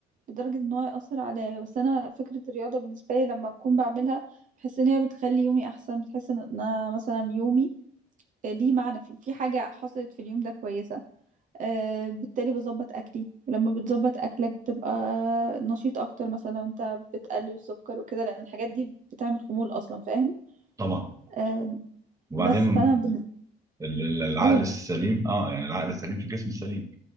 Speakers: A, on the right (about 50°); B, on the right (about 20°).
A: لدرجه ان هو ياثر عليا بس انا فكره الرياضه بالنسبه لي لما اكون بعملها بحس ان هي بتخلي يومي احسن بتحس ان انا مثلا يومي ليه معنى في في حاجه حصلت في اليوم ده كويسه آه بالتالي بظبط اكلي ولما بتظبط اكلك بتبقى نشيط اكتر مثلا لو انت بتقلل السكر وكده لان الحاجات دي بتعمل خمول اصلا فاهم
B: طبعا
A: آه
B: وبعدين
A: بس فانا
B: ال- ال- العقل
A: بنقول
B: السليم اه يعني العقل السليم في الجسم السليم